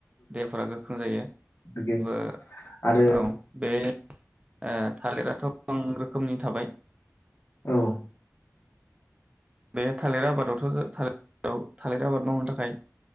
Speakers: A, on the right; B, on the left.
A: देहाफोरा गोख्रों जायो
B: बिदि
A: जेबो
B: आरो
A: औ बे ओ थालिराथ गोबां रोखोमनि थाबाय
B: औ
A: बे थालिर आबादावथ थालिर औ थालिर आबाद मावनो थाखाय